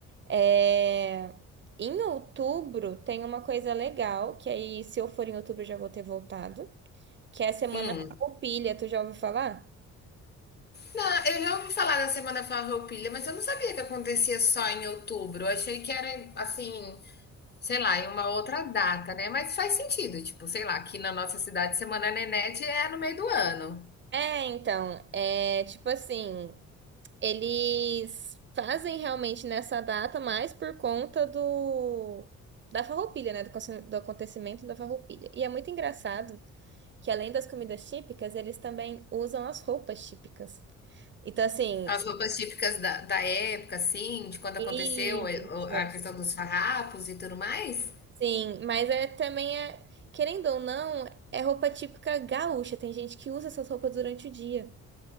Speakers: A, on the right (about 40°); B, on the left (about 35°).
A: É, Em outubro tem uma coisa legal, que aí se eu for em outubro eu já vou ter voltado, que é a Semana
B: Hum.
A: Farroupilha, tu já ouviu falar?
B: Não, eu já ouvi falar da Semana Farroupilha, mas eu não sabia que acontecia só em outubro. Eu achei que era assim, Sei lá, em uma outra data, né, mas faz sentido, tipo, sei lá, aqui na nossa cidade Semana Nenete é no meio do ano.
A: É, então, é tipo assim, eles fazem realmente nessa data mais por conta do da Farroupilha, né, do, aconte- do acontecimento da Farroupilha. E é muito engraçado que além das comidas típicas, eles também usam as roupas típicas. Então assim,
B: As roupas típicas da da época, assim, de quando
A: isso
B: aconteceu, eh, o a questão dos farrapos e tudo mais.
A: Sim, mas é também é, querendo ou não, é roupa típica gaúcha. Tem gente que usa essas roupas durante o dia.